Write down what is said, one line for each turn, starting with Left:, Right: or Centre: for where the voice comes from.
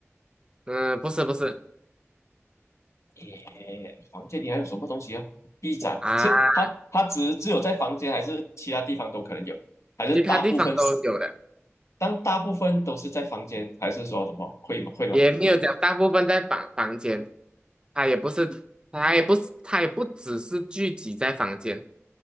Right: 嗯，不是不是
Left: 耶，房间里还有什么东西啊？壁展是它它只只有在房间还是其他地方都可能有？
Right: 啊，
Left: 还是大部分是？
Right: 其他地方都有的，
Left: 当大部分都是在房间，还是说什么会吗？会吗？
Right: 也没有讲大部分在房房间，它也不是，它也不是，它也不只是聚集在房间，